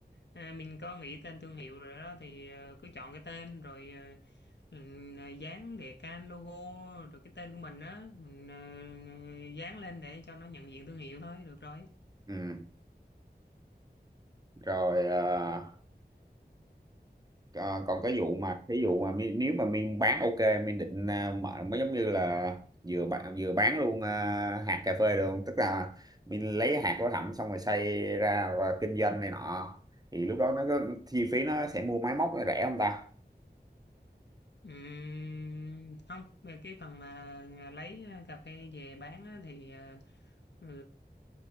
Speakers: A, on the left; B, on the right.
A: à, mình có nghĩ tên thương hiệu rồi đó thì à, cứ chọn cái tên rồi à, ừ, dán đề can logo rồi cái tên của mình á mình à, dán lên để cho nó nhận diện thương hiệu thôi được rồi
B: ừ. rồi ờ, Ờ, còn cái vụ mà ví dụ mà mi- nếu mà Miên bán ok Miên định à, mở mới giống như là vừa bán vừa bán luôn à, hạt cà phê được không? Tức là Miên lấy hạt của Thẩm xong rồi xay ra và kinh doanh này nọ thì lúc đó nó có chi phí nó sẽ mua máy móc nó rẻ không ta?
A: Ừm, không về cái phần mà à, lấy à, cà phê về bán á, thì ờ, ừ,